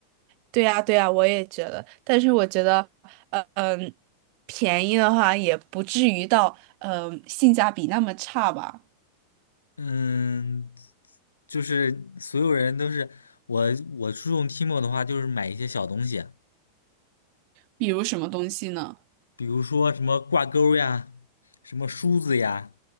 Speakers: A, on the right; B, on the left.
A: 对呀对呀，我也觉得。但是我觉得，呃嗯，便宜的话也不至于到嗯呃性价比那么差吧。
B: 嗯，就是所有人都是我，我注重 Timo 的话，就是买一些小东西。
A: 比如什么东西呢？
B: 比如说什么挂钩呀，什么梳子呀，